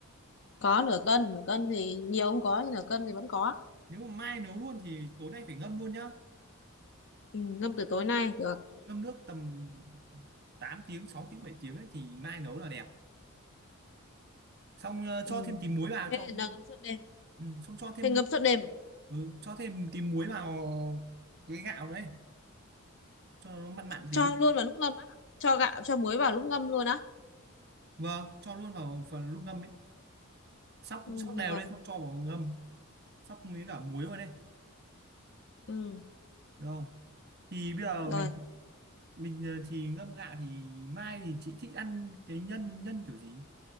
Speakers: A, on the left; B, on the right.
A: có nửa cân nửa cân thì nhiều không có nhưng nửa cân thì vẫn có
B: Nếu mà mai nấu luôn thì tối nay phải ngâm luôn nhá
A: ừ, ngâm từ tối nay được
B: Ngâm nước tầm tám tiếng sáu tiếng bảy tiếng ấy, thì mai nấu là đẹp Xong ờ,
A: ừ.
B: cho thêm tí muối vào
A: thế
B: cho
A: là ngâm suốt đêm
B: ừ, Xong cho thêm
A: thế ngâm suốt đêm à?
B: ừ, cho thêm tí muối vào cái gạo đấy cho nó mặn mặn
A: cho
B: tí
A: luôn vào lúc ngâm á cho gạo cho muối vào lúc ngâm luôn á
B: vâng cho luôn vào phần lúc ngâm ấy sóc
A: ừ
B: sóc đều
A: được rồi
B: lên xong cho vào ngâm sóc với cả muối vào đây
A: ừ
B: được không thì bây giờ
A: rồi
B: mình mình ờ, thì ngâm gạo thì mai thì chị thích ăn cái nhân nhân kiểu gì